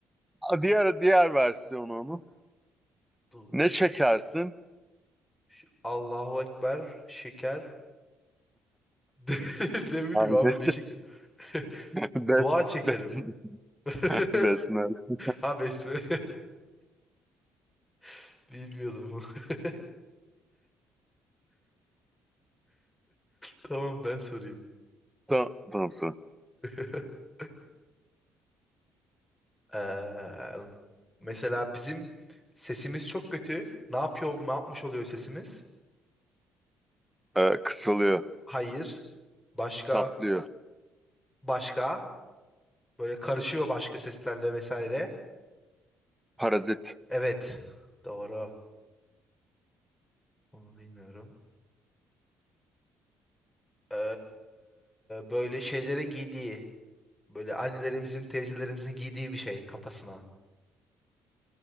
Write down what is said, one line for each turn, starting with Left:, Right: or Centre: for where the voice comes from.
Centre: A, Diğer diğer versiyonu onun.
Left: Du
Centre: Ne
Left: şük.
Centre: çekersin?
Left: Ş- Allahu Ekber. Şeker. <laughs> Ne ne bileyim
Centre: Yani
Left: abi
Centre: ne
Left: ne şeker. <laughs>
Centre: çekersin?
Left: Dua çekerim.
Centre: <laughs> Bes-
Left: <laughs>
Centre: Besmele. <laughs>
Left: Ha besme. <laughs> Bilmiyordum bunu. <laughs> Tamam ben sorayım.
Centre: Tamam, tamam sıra.
Left: <laughs> Eee, mesela bizim sesimiz çok kötü. Ne yapıyor, ne yapmış oluyor sesimiz?
Centre: Ee, kısalıyor,
Left: Hayır. Başka,
Centre: tatlıyor,
Left: başka. Böyle karışıyor başka seslerle vesaire.
Centre: parazit,
Left: Evet. Doğru. Onu bilmiyorum. Ee, böyle şeylerin giydiği, böyle annelerimizin, teyzelerimizin giydiği bir şey kafasına.